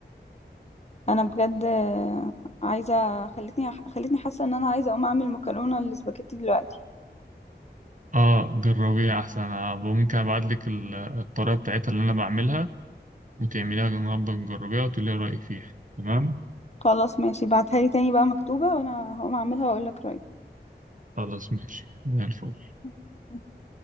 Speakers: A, on the left; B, on the right.
A: انا بجد آه، عايزة خلتني خلتني حاسة ان انا عايزة اقوم اعمل مكرونة الاسباجيتي دلوقتي
B: اه جربيها احسن آه ممكن ابعت لك ال- الطريقة بتاعتها اللي انا بعملها وتعمليها النهارده وتجربيها وتقولي رأيك فيها تمام
A: خلاص ماشي بعتها لي تاني بقى مكتوبة وانا هقوم اعملها واقول لك
B: خلاص ماشي زي الفل
A: رأيي